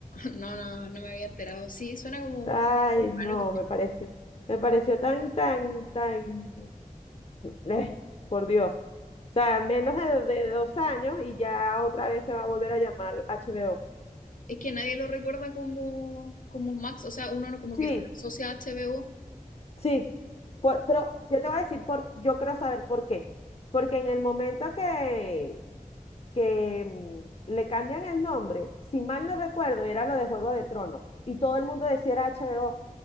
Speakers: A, on the left (about 65°); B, on the left (about 45°).
A: No, no, no me había enterado. Sí, suena como
B: Ay,
A: algo
B: no,
A: raro.
B: me parece, me pareció tan, tan, tan, eh, por Dios. O sea, menos de, de dos años y ya otra vez se va a volver a llamar HBO.
A: Es que nadie lo recuerda como, como Max, o sea, uno no, como
B: Sí,
A: que no lo asocia a HBO.
B: Sí, por- pero yo te voy a decir por, yo quiero saber por qué. Porque en el momento que, que mm, le cambian el nombre, si mal no recuerdo, era lo de Juego de Tronos. Y todo el mundo decía era HBO,